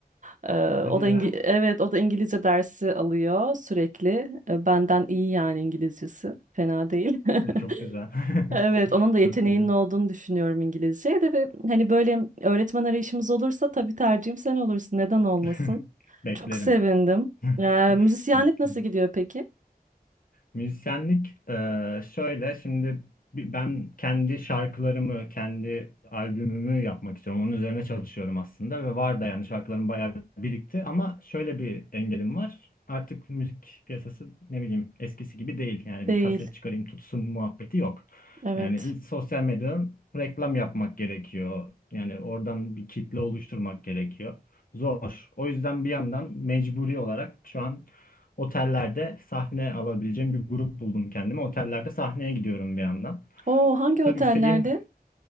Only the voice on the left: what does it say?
<laughs> Hadi
ya.
Çok
güzel.
<laughs>
Çok
güzel.
<laughs> Beklerim.
<laughs>
Beklerim.
Müzisyenlik e, şöyle şimdi bi- ben kendi şarkılarımı, kendi albümümü yapmak istiyorum. Onun üzerine çalışıyorum aslında ve var da yani şarkılarım bayağı birikti ama şöyle bir engelim var. Artık müzik piyasası ne bileyim eskisi gibi değil. Yani
bir kaset çıkarayım tutsun muhabbeti yok.
Yani in- sosyal medyadan reklam yapmak gerekiyor. Yani oradan bir kitle oluşturmak gerekiyor. Zor. O yüzden bir yandan mecburi olarak şu an Otellerde sahne alabileceğim bir grup buldum kendime. Otellerde sahneye gidiyorum bir yandan.
Tabii
istediğim